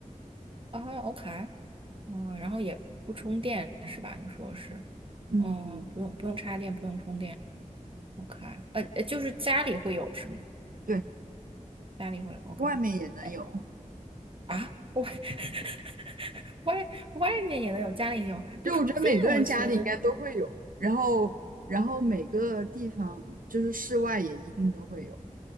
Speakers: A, on the right (about 40°); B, on the right (about 90°).
A: 啊，OK，嗯，然后也不充电是吧？你说是，
B: 嗯，
A: 嗯，不用不用插电，不用充电。OK，呃，呃就是家里会有是吗？
B: 对，
A: 家里会有 OK，
B: 外面也能有。
A: 哎啊，外 <laughs> 外外面也能有，家里也有，还不充电，
B: 就我觉得每个人家里应该都会有，
A: 我觉得
B: 然后，然后每个地方就是室外也一定都会有，